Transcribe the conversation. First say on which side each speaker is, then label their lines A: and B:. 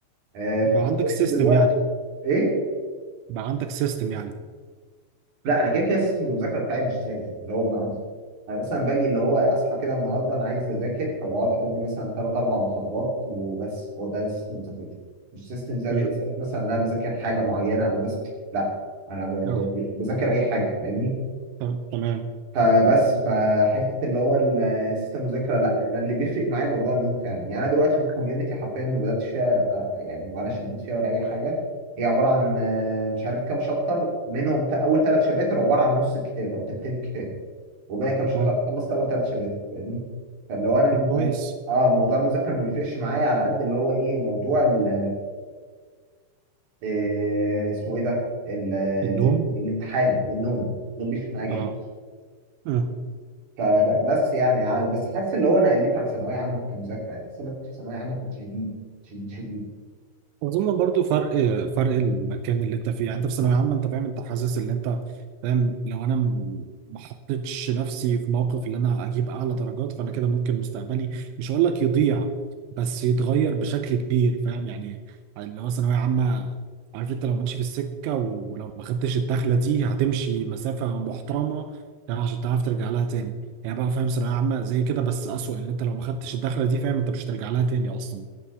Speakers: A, on the right; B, on the right.
A: آه، في
B: بقى
A: الكوميونتي
B: عندك سيستم
A: دلوقتي
B: يعني
A: ايه
B: بقى عندك سيستم يعني
A: لا انا كده كده سيستم المذاكره بتاعي مش ثابت يعني اللي هو بمعنى- انا مثلا باجي اللي هو اصحى كده النهارده انا عايز اذاكر فبقعد اخد لي مثلا ثلاث اربع محاضرات وبس هو ده سيستم مذاكرتي مش سيستم ثابت
B: امم
A: ثابت مثلا ان انا بذاكر حاجه معينه او بس لا انا ب-
B: اه
A: ب- بذاكر اي حاجه فاهمني
B: تم- تمام
A: فبس فحته اللي هو السيستم مذاكره لا انا اللي بيفرق معايا موضوع النوم فعلا يعني انا دلوقتي في الكوميونتي حرفيا ما بداتش فيها آه، يعني ولا شديت فيها ولا اي حاجه هي عباره عن آه، مش عارف كام شابتر منهم تا- اول ثلاث شباتر عباره عن نص الكتاب او تلتين الكتاب وباقي كام
B: تمام
A: شابتر خلصت اول ثلاث شباتر فاهمني فلو انا من
B: طب كويس
A: مو... اه موضوع المذاكره ما بيفرقش معايا على قد اللي هو ايه موضوع ال... آه، اسمه ايه ده ال... ال...
B: النوم
A: الامتحان والنوم النوم بيفرق معايا جدا
B: اه آه.
A: فبس يعني, يعني بس حاسس اللي هو انا قلت عن ثانويه عامه كمذاكره يعني حاسس ان أنا كنت في ثانويه عامه كنت شديد شديد شديد
B: اظن برضو فرق فرق المكان اللي انت فيه يعني انت في ثانويه عامه انت فاهم انت حاسس ان انت فاهم لو انا م- ما حطيتش نفسي في موقف ان انا اجيب اعلى درجات فانا كده ممكن مستقبلي مش هقول لك يضيع بس يتغير بشكل كبير فاهم يعني اللي هو ثانويه عامه عارف انت لو ماشي في السكه ولو ما خدتش الدخله دي هتمشي مسافه محترمه يعني عشان تعرف ترجع لها تاني يعني بقى فاهم ثانويه عامه زي كده بس اسوأ ان انت لو ما خدتش الدخله دي فاهم انت مش هترجع لها تاني اصلا